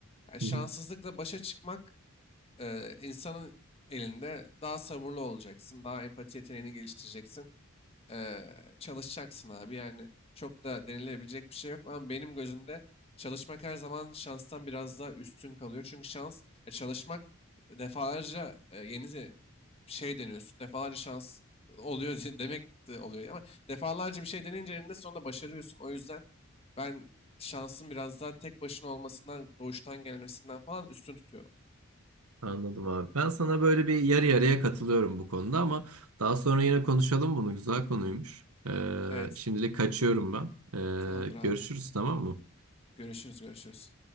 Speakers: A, on the left; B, on the right.
A: Yani
B: Hı
A: şanssızlıkla
B: hı.
A: başa çıkmak Eee, insanın elinde daha sabırlı olacaksın, daha empati yeteneğini geliştireceksin, eee, çalışacaksın abi. Yani çok da denilebilecek bir şey yok ama benim gözümde çalışmak her zaman şanstan biraz daha üstün kalıyor. Çünkü şans, e, çalışmak defalarca e, yeni de- şey deniyorsun, defalarca şans oluyor <laughs> demek de oluyor ama defalarca bir şey deneyince eninde sonunda başarıyorsun. O yüzden ben şansın biraz daha tek başına olmasından, doğuştan gelmesinden falan üstün tutuyorum.
B: Anladım abi. Ben sana böyle bir yarı yarıya katılıyorum bu konuda ama daha sonra yine konuşalım bunu. Güzel konuymuş. Ee,
A: Evet.
B: şimdilik kaçıyorum ben.
A: Tamamdır
B: Ee,
A: abi.
B: görüşürüz tamam mı?
A: Görüşürüz görüşürüz.